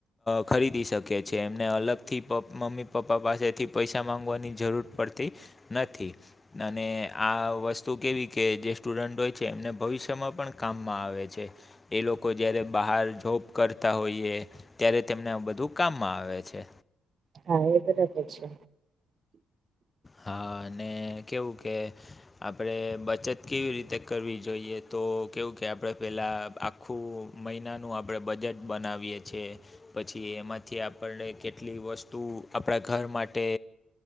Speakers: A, on the left; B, on the right.
A: ખરીદી શકે છે એમને અલગ થી મમ્મી પપ્પા પાસેથી પૈસા માંગવાની જરૂર પડતી નથી અને આ વસ્તુ કેવી કે, જે સ્ટુડન્ટ હોય છે, એમને ભવિષ્યમાં પણ કામમાં આવે છે. એ લોકો જ્યારે બહાર જોબ કરતા હોઈએ. ત્યારે તેમને બધું કામમાં આવે છે.
B: હા, એ બરાબર છે.
A: હા, અને કેવું કે આપડે બચત કેવી રીતે કરવી જોઈએ, તો કેવું કે, આપડે પેલા ખું મહિનાનું આપણે બજેટ બનાવીએ છીએ પછી એમાંથી આપણને કેટલી વસ્તુ આપણા ઘર માટે